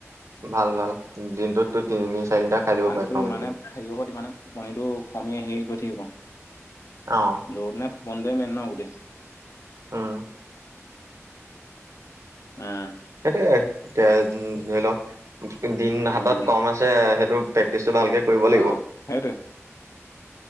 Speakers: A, on the right; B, on the left.
A: ভাল ভাল। দিনটোত তোৰ তিনি চাৰি লিটাৰ খাই দিব
B: পানীটো
A: পাৰি খাওঁ
B: যিমানে
A: বুলি ক'লে।
B: হেৰি হ'ব মানে টোপনিটো কমি আহি গৈ থাকিব।
A: অ',
B: দৌৰনেফ বন্ধই মেন ন' গোটেই
A: উম,
B: উম।
A: সেইটোৱে। এতিয়া ধৰি ল দিন হাতত
B: উম
A: কম আছে সেইটো প্ৰেক্টিচটো ভালকে কৰিব লাগিব।
B: অ সেইটোৱে